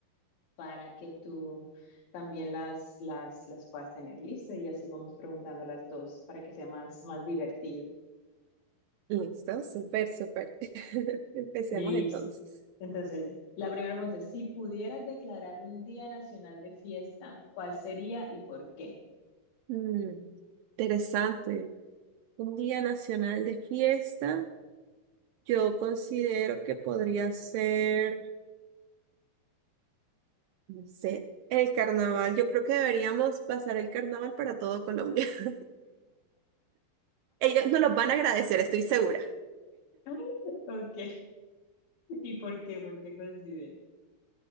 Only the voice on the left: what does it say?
para que tú también las, las, las puedas tener listas y así vamos preguntando las dos para que sea más, más divertido.
Listo.
Entonces, la primera pregunta es, si pudieras declarar un día nacional de fiesta, ¿cuál sería y por qué?
<laughs> Ok, ¿y por qué? ¿Por qué consideras